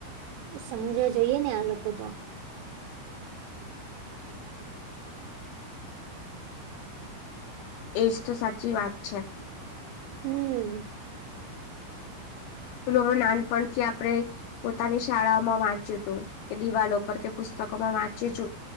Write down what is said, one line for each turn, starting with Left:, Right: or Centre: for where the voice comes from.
Right: એ સમજવા જોઈએ ને આ લોકો તો
Left: એજ તો સાચી વાત છે
Right: હમ
Left: પેલું હવે નાનપણથી આપણે પોતાની શાળામાં વાંચ્યું હતું કે દિવાલો પર કે પુસ્ત પુસ્તકો માં વાંચ્યું